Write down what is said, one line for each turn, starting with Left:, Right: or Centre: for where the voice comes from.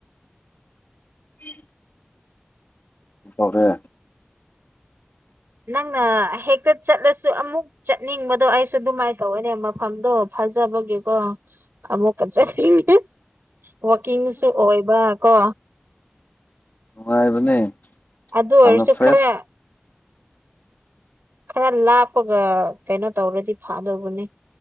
Left: ꯎ ꯇꯧꯔꯦ
Right: ꯅꯪꯅ ꯍꯦꯛꯇ ꯆꯠꯂꯁꯨ ꯑꯃꯨꯛ ꯆꯠꯅꯤꯡꯕꯗꯣ ꯑꯩꯁꯨ ꯑꯗꯨꯃꯥꯏꯅ ꯇꯧꯅꯦ ꯃꯐꯝꯗꯣ ꯊꯥꯖꯕꯒꯤꯀꯣ ꯑꯃꯨꯛ ꯀꯠꯆꯅꯤꯡꯉꯦ ꯋꯥꯀꯤꯡꯁꯨ ꯑꯣꯏꯕ ꯀꯣ
Left: ꯅꯨꯡꯉꯥꯏꯕꯅꯦ
Right: ꯑꯗꯁꯨꯨꯈ꯭ꯔ
Left: ꯌꯥꯝꯅ ꯐ꯭ꯔꯦꯁ
Right: ꯈꯔ ꯂꯥꯞꯄꯒ ꯀꯩꯅꯣ ꯇꯧꯔꯗꯤ ꯐꯥꯗꯧꯕꯅꯤ